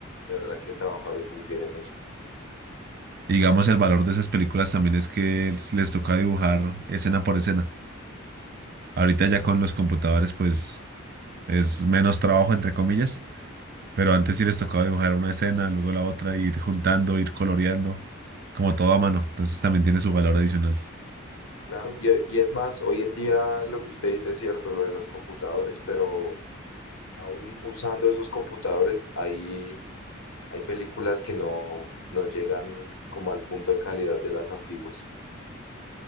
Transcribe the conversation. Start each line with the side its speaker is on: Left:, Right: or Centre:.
Left: de verdad que trabajaron muy bien en eso.
Right: Y digamos, el valor de esas películas también es que les toca dibujar escena por escena. Ahorita ya con los computadores, pues, es menos trabajo, entre comillas Pero antes sí les tocaba dibujar una escena, luego la otra, ir juntando, ir coloreando, como todo a mano. Entonces también tiene su valor adicional.
Left: Claro, y, y es más, hoy en día lo que usted dice es cierto, lo de los computadores, pero aún usando esos computadores hay, hay películas que no, no llegan como al punto de calidad de las antiguas.